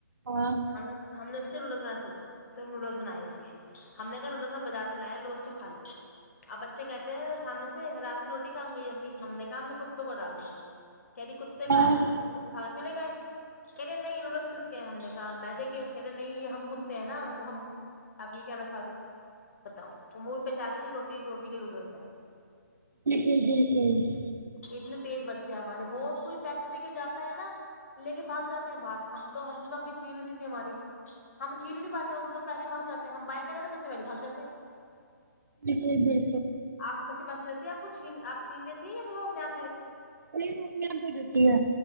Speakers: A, on the right (about 70°); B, on the left (about 50°).
A: ہاں
B: ہم نے ہم نے اس کے نوڈل سوچا صر نوڈلس بنائے اس کے ہم نے کہ انوں س بازار سے لایا لو توخالو اب بچے کہتے ہیں سامنے سے رات کی روٹی کہا گئی امی ہم نے کہا ہم نے کتوں کو ڈال دی کہہ دیی کتے کا
A: ہاں
B: ہے می نے کہ کتے کھا کے چلے گئے کہہ دے نہیں نوڈلس کس کے ہیں ہم نے میں دیکھے کہہ رہے نہیں یہ ہم کدتے ہیں نا تو ہم آپ یہ کہنا چاہ رہے ہو بتاؤ وہ پہچانانی روٹی روٹی کے نوڈلس ہیں
A: نکل جی نکل جی
B: اتنے تیز بچے ہیں ہمارے بہت کوئی پیسے دے کے جاتا ہے نا لے کے بھاگ جاتے ہیں باہر ہم تو ہم سے تو امی چھین لیتی تھی ہماری ہم چھیری نہیں پاتے ہیں ان سے پہلی باگ سےات ہم بائ کہ رہے تو بچے والی بھاگ جاتے ہیں
A: جی جی
B: آگ کے بچے بسے دیتی ہے آپ کو چھین آپ چھین لیتی ہے یا روک ن آ
A: نہیں وہ اپنے آپ دے دیتی ہے